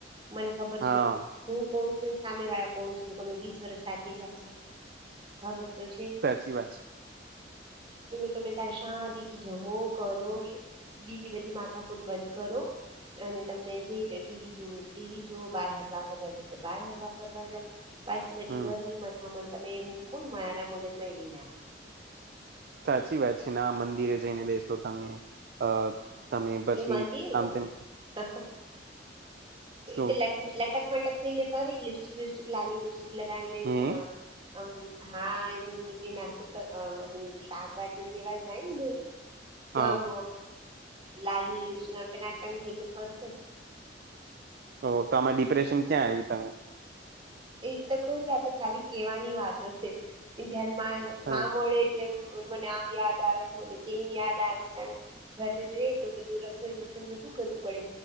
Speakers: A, on the right (about 30°); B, on the right (about 55°).
A: મને ખબર
B: હા
A: છે. હું કોણ છું ને સામે વાળા કોણ છું કેમે વીસ વર્ષ સાચી રહ્યા છે ખબર તો છે.
B: સાચી વાત છે.
A: તમે તારે શાંતિથી જમો કરો બીજી બધી માથાકૂદ બંધ કરો. અને તમને જે ટીવી જોવ ટીવી જોુઓ બાર હરવા ફરવા જવ તો બાર હરવા ફરવા જાવ. બાકી બધી
B: હમ
A: ઘરની મથામણ તમે મૂકો ને મારા મગજમાં એ નાખ
B: સાચી વાત છે ના મંદિરે જઈને બેસો તમે અ તમે પછી
A: એ મંદિર
B: આમ તેમ
A: <unintelligible>
B: શું
A: એ લ લટક મટક થઈને ફરી લિપસ્ટિક વિપસ્ટિક લાલી લિપસ્ટિક લગાવીને
B: હમ
A: અ મ હા નીચે નાસ્તો કરધું શાક જીને લેવા જાય ને તો
B: હા
A: આમ લાલી લીસ ટનાટન થઈ ને ફરશે.
B: ઓ તો આમાં ડિપ્રેશન ક્યાં આવ્યું તમે.
A: એ તો કહ છે આ તો ખાલી કેવાની વાતો છે જયારે મારે
B: હા
A: મા મળે એટલે મને આમ યાદ આવે છે મને તેમ યાદ આવે છે કારણ કે ઘરે રે તો બધું રસણ વસન બધું કરવું પડે.